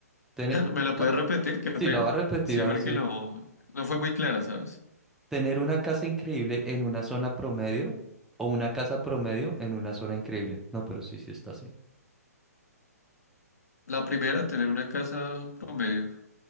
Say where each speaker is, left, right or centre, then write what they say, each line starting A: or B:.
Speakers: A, in the centre; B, on the left.
A: Tene-
B: <laughs> ¿Me la
A: la-
B: puedes repetir? Qué
A: Sí,
B: pena.
A: la va a repetir,
B: Sí,
A: a
B: porque
A: ver si.
B: no, no fue muy clara, ¿sabes?
A: Tener una casa increíble en una zona promedio o una casa promedio en una zona increíble. No, pero sí, sí está así.
B: La primera, tener una casa promedio.